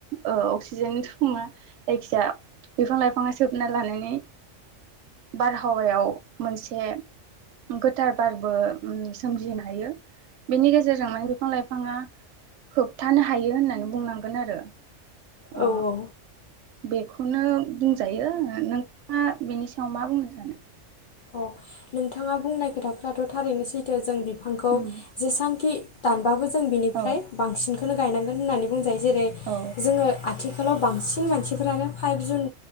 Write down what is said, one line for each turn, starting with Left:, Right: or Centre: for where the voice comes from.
Right: ओ अक्सि जेननो थाङा जायखि जाया बिफां लाइफाङा सोबना लानानै बारहावायाव मोनसे गोथार बारबो उम सोमजिहोनो हायो। बेनि गेजेरजों माने बिफां लाइफाङा होबथानो हायो होननानै बुंनांगोन आरो। ओ
Left: औ औ।
Right: बेखौनो बुंजायो ओ नोंथाङा बेनि सायाव मा बुंनो सानो।
Left: अ' नोंथाङा बुंनाय खोथाफ्राथ' थारैनो सैथो जों बिफांखौ
Right: उम
Left: जेसांखि बाबो जों बिनिफ्राय
Right: औ
Left: बांसिनखोनो गायनांगोन होननानै बुंजायो जेरै
Right: औ
Left: जोङो आथिखाल खालाव बांसिन मानसिफोरानो फाइभ जुन